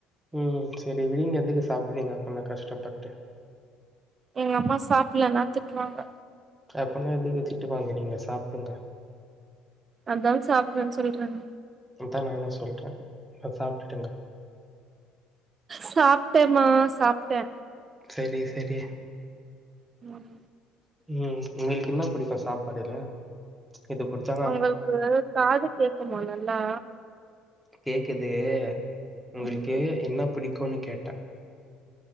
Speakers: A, in the centre; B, on the right (about 25°).
A: ம் சரி வீடுங்க எதுக்கு சாப்பிட்றீங்க அப்ப நா கஷ்டப்பட்டு
B: எங்க அம்மா சாப்பலன்னா திட்டுவாங்க
A: அப்பனா நீங்க திட்டு வாங்குறீங்க சாப்புங்க
B: அதான் சாப்ட்றன் சொல்லிறேங்
A: அதா நானு சொல்ற போய் சாப்டுட்டுங்க
B: சாப்டேமா சாப்ட்ட
A: சரி சரி
B: உம்
A: உம் உங்களுக்கு என்ன பிடிக்கும் சாப்பாடுல்ல இது புடிச்சா
B: ஒங்களுக்கு காது கேக்குமா நல்லா
A: கேக்குது உங்களுக்கு
B: ம்
A: என்ன புடி குனு கேட்ட